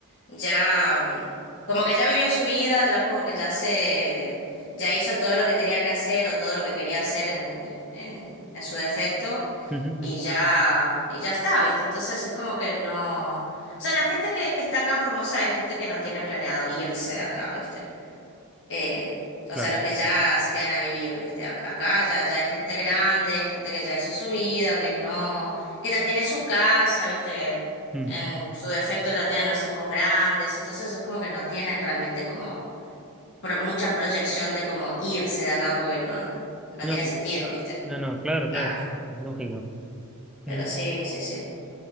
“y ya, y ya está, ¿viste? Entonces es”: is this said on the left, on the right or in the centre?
Left